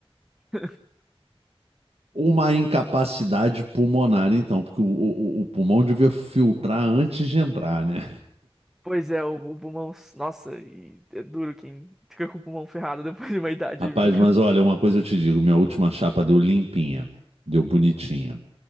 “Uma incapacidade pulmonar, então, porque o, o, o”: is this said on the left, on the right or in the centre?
Right